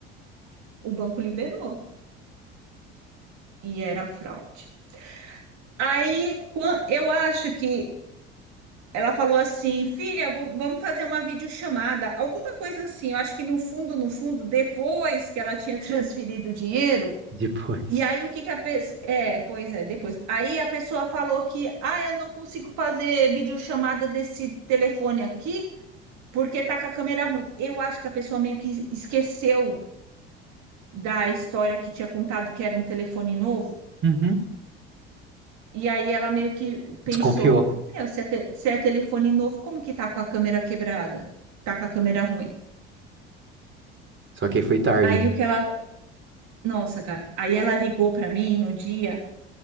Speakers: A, on the right (about 65°); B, on the right (about 40°).
A: o banco liberou e era fraude. Aí quan- eu acho que ela falou assim, filha, vo- vamos fazer uma videochamada, alguma coisa assim. Eu acho que no fundo, no fundo, depois que ela tinha <laughs> transferido o dinheiro
B: depois.
A: E aí o que que a pessoa. É, pois é, depois. Aí a pessoa falou que, ah, eu não consigo fazer videochamada desse telefone aqui porque tá com a câmera ruim. Eu acho que a pessoa meio que esqueceu da história que tinha contado que era um telefone novo.
B: Uhum.
A: E aí ela meio que pensou,
B: Desconfiou.
A: meu, se é, te- se é telefone novo, como que tá com a câmera quebrada? Tá com a câmera ruim.
B: Só que aí foi tarde,
A: Aí
B: né?
A: o que ela. Nossa, Gabi. Aí ela ligou para mim no dia